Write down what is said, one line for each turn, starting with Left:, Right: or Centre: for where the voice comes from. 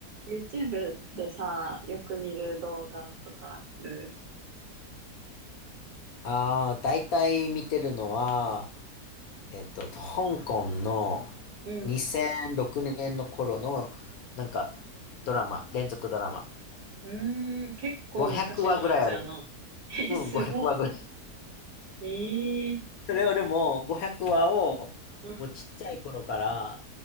Right: YouTube でさ、よく見る動画とかある
Left: ああ、大体見てるのは、えっと、香港の
Right: うん。
Left: 2006年の頃の、なんか、ドラマ、連続ドラマ。
Right: うーん。結構昔のやつやな。
Left: 500話ぐらいある。
Right: <laughs>
Left: うん、
Right: え、すご。
Left: 500話ぐらい。
Right: ええ
Left: それをでも、500話を、
Right: うん。
Left: もうちっちゃい頃から、